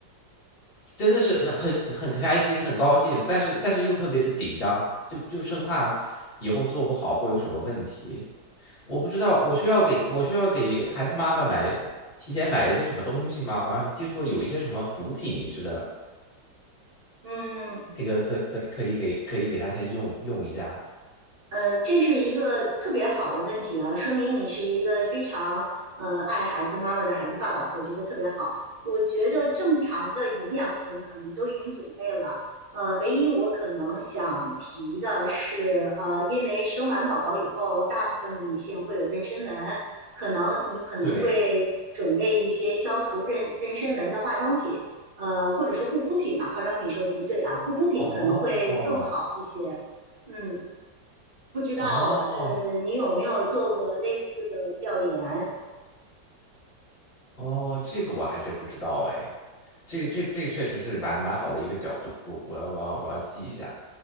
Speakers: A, on the left; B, on the right.
A: 真的是很很开心，很高兴，但是但是又特别的紧张，就就生怕以后做不好会有什么问题。我不知道，我需要给我需要给孩子妈妈买提前买一些什么东西吗？好像听说有一些什么补品似的，
B: 嗯。
A: 那个可可可以给可以给他先用用一下。
B: 呃，这是一个特别好的问题啊，说明你是一个非常呃爱孩子妈妈的孩子爸爸，我觉得特别好。我觉得正常的营养品可能都已经准备了，呃，唯一我可能想提的是，呃，因为生完宝宝以后，大部分的女性会有妊娠纹，可能你可能会准备一些消除妊妊娠纹的化妆品，
A: 对，
B: 呃，或者是护肤品吧，化妆品说的不对啊，护肤品可能会更好一些。
A: 哦
B: 嗯，不知道呃，
A: 哦
B: 你有没有做过类似的调研？
A: 哦，这个我还真不知道哎，这个这这确实是蛮蛮好的一个角度，我要我要我要记一下。